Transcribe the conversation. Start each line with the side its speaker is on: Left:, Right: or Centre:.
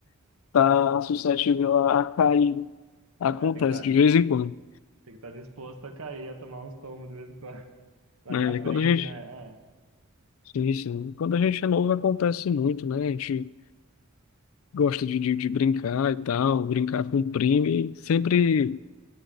Left: <laughs> tá suscetível a, a cair. Acontece
Right: é, tem que tá,
Left: de vez em quando,
Right: tem que estar disposto a cair, a tomar uns tomos de vez em quando. <laughs> Mas
Left: né?
Right: aprende,
Left: E Quando a gente,
Right: né? É,
Left: sim, sim. Quando a gente é novo, acontece muito, né? A gente gosta de, de, de brincar e tal, brincar com o primo. E sempre